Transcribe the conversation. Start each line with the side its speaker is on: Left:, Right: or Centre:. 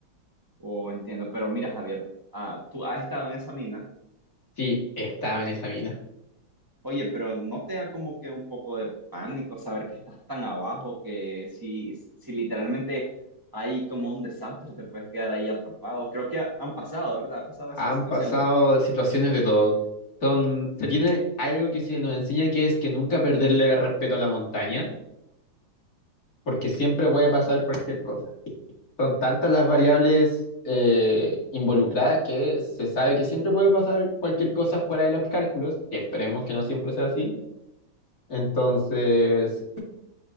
Right: O entiendo. Pero mira, Javier, ah, tú has estado en esa mina.
Left: Sí, estaba en esa mina.
Right: Oye, pero ¿no te da como que un poco de pánico saber que estás tan abajo que si, si literalmente hay como un desastre, te puedes quedar ahí atrapado? Creo que han pasado, ¿verdad? Ha pasado
Left: Han
Right: esa situación.
Left: pasado situaciones de todo. Son, se tiene algo que se nos enseña que es que nunca perderle el respeto a la montaña, porque siempre puede pasar cualquier cosa. Son tantas las variables eh, involucradas que se sabe que siempre puede pasar cualquier cosa fuera de los cálculos, que esperemos que no siempre sea así. Entonces,